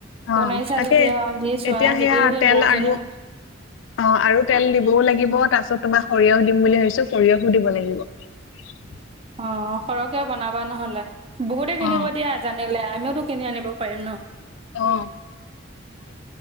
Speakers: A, on the left; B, on the right.
A: অ
B: বনাইছা
A: তাকে
B: যদি আৰু দি চোৱা
A: এতিয়া সেয়া
B: যদি সেই
A: তেল
B: বৌজনীক
A: আৰু অ আৰু তেল দিবও লাগিব তাৰ পিছত তোমাক সৰিয়হ দিম বুলি ভাবছো সৰিয়হো দিব লাগিব দিব লাগিব
B: অ সৰহকে বনাবা নহলে বহুতে
A: অ
B: কিনিব দিয়া জানি আমিওঁতো কিনি আনিব পাৰিম ন
A: অঁ